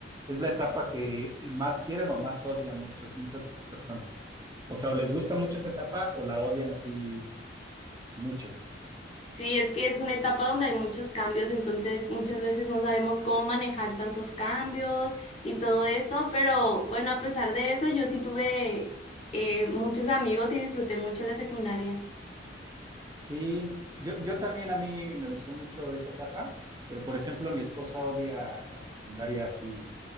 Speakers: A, on the right; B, on the left.
A: es la etapa que más quieren o más odian muchas, muchas personas. O sea, o les gusta mucho esa etapa o la odian así mucho.
B: Sí, es que es una etapa donde hay muchos cambios, entonces muchas veces no sabemos cómo manejar tantos cambios y todo esto, pero bueno, a pesar de eso, yo sí tuve eh, muchos amigos y disfruté mucho la secundaria.
A: Sí, yo, yo también a mí me gustó mucho esa etapa, pero por ejemplo, mi esposa odia la secundaria así